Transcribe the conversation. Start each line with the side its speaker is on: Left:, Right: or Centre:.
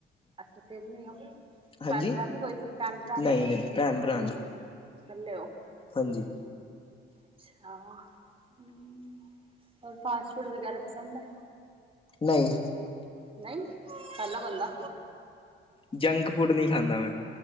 Right: ਅੱਛਾ ਤਿੰਨ ਹੀ ਓ,
Left: ਹਾਂਜੀ
Right: ਭੈਣ ਭਰਾਣੀ ਨੀ ਕੋਈ ਭੈਣ ਭਰਾ
Left: ਨਹੀਂ
Right: ਨੀ ਐ।
Left: ਨਹੀਂ ਭੈਣ ਭਰਾ ਨੀ
Right: ਇਕੱਲੇ ਓ।
Left: ਹਾਂਜੀ।
Right: ਅੱਛਾ ਹਮ, ਹੋਰ ਫਾਸਟ ਫੂਡ ਵਗੈਰਾ ਪਸੰਦ ਏ।
Left: ਨਹੀਂ।
Right: ਨਹੀਂ, ਪਹਿਲਾ ਬੰਦਾ।
Left: ਜੰਕ ਫੂਡ ਨਹੀਂ ਖਾਂਦਾ ਮੈਂ।